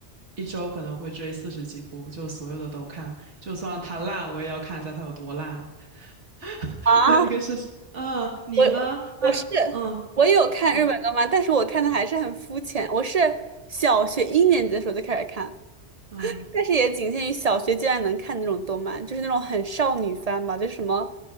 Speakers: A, on the right (about 80°); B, on the right (about 55°).
A: 一周可能会追四十几部，就所有的都看，就算它烂我也要看一下它有多烂。<laughs>
B: 啊，
A: 对，一个是，嗯，你呢？
B: 我
A: 那，
B: 我是
A: 嗯
B: 我有看日本动漫，
A: 嗯
B: 但是我看的还是很肤浅。我是小学一年级的时候就开始看，
A: 嗯，
B: 但是也仅限于小学阶段能看那种动漫，就是那种很少女番吧，就什么